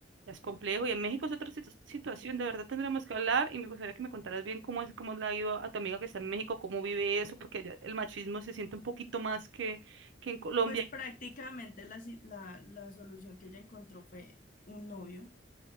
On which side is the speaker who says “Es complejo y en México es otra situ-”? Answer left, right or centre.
Right